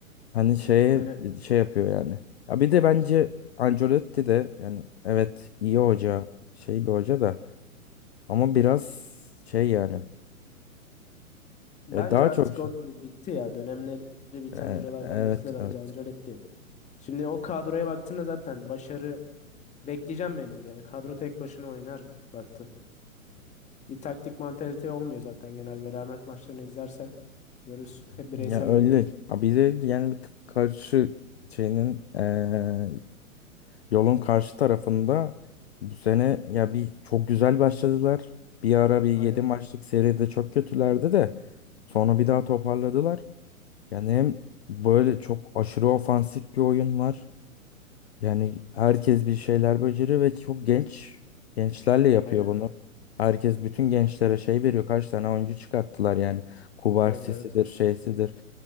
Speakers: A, on the left; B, on the left.
A: hani şeye
B: aynen.
A: şey yapıyor yani. Ya bir de bence Ancelotti de yani evet iyi hoca şey bir hoca da ama biraz şey yani
B: Bence
A: e, daha
B: artık
A: çok e,
B: o da bitti ya. Dönemleri biten
A: evet
B: hocalardan birisi de bence
A: evet
B: Ancelotti yani. Şimdi o kadroya baktığında zaten başarı bekleyeceğim mecbur. Yani kadro tek başına oynar baktığında. Bir taktik mantalite olmuyor zaten genelde. Rahmet maçlarını izlersen görürsün. Hep bireysel
A: Ya öyle.
B: yetenek.
A: Ha Bir de yani bir tık karşı şeyinin eee, yolun karşı tarafında bu sene ya bir çok güzel başladılar. Bir ara bir yedi
B: Aynen.
A: maçlık seride çok kötülerdi de sonra bir daha toparladılar. Yani hem böyle çok aşırı ofansif bir oyun var. Yani herkes bir şeyler beceriyor ve çok genç gençlerle yapıyor
B: Aynen.
A: bunu. Herkes bütün gençlere şey veriyor. Kaç tane oyuncu çıkarttılar yani. Kubarsisidir,
B: Evet evet.
A: şeysidir.